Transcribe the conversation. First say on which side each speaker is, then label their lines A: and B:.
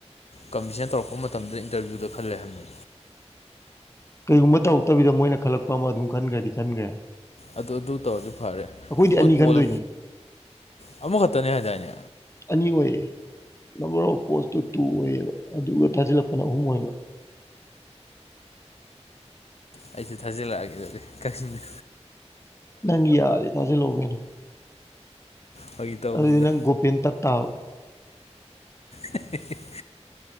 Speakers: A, on the left; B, on the left.
A: ꯀꯝꯄꯤꯁꯟ ꯇꯧꯔꯛꯄ ꯃꯇꯝꯗ ꯏꯟꯇꯔꯚꯤꯌꯨꯗ ꯈꯜꯂꯦ ꯍꯥꯏꯕꯅꯤ
B: ꯀꯩꯒꯨꯝꯕ ꯇꯧꯔꯛꯇꯕꯤꯗ ꯃꯣꯏꯅ ꯈꯜꯂꯛꯄ ꯑꯃ ꯑꯗꯨꯝ ꯈꯟꯈ꯭ꯔꯗꯤ ꯈꯟꯈ꯭ꯔꯦ
A: ꯑꯗꯨ ꯑꯗꯨ ꯇꯧꯔꯗꯤ ꯐꯔꯦ
B: ꯑꯩꯈꯣꯏꯗꯤ
A: ꯃꯣꯏ
B: ꯑꯅꯤ
A: ꯀꯣꯜ
B: ꯈꯟꯗꯣꯏꯅꯦ
A: ꯑꯃꯈꯛꯇꯅꯦ ꯍꯥꯏꯗꯥꯏꯅꯦ
B: ꯑꯅꯤ ꯑꯣꯏꯌꯦ ꯅꯝꯕꯔ <unintelligible> ꯄꯣꯁꯇꯨ ꯇꯨ ꯑꯣꯏꯌꯦꯕ ꯑꯗꯨꯒ ꯊꯥꯖꯤꯜꯂꯛꯄꯅ ꯑꯍꯨꯝ ꯑꯣꯏꯕ
A: ꯑꯩꯁꯨ ꯊꯥꯖꯤꯜꯂꯛꯑꯒꯦ ꯑꯗꯨꯗꯤ ꯀꯛꯆꯤꯡꯅꯤ
B: ꯅꯪꯒꯤ ꯌꯥꯔꯗꯤ ꯊꯖꯤꯜꯂꯛ ꯑꯣ ꯀꯩꯅꯣ
A: ꯐꯥꯒꯤ ꯇꯧꯕꯅꯤꯗ
B: ꯑꯗꯨꯗꯤ ꯅꯪ ꯒꯣꯄꯦꯟ ꯇꯠ ꯇꯥꯕ
A: ꯍꯦꯛ ꯍꯦꯛ ꯍꯦꯛ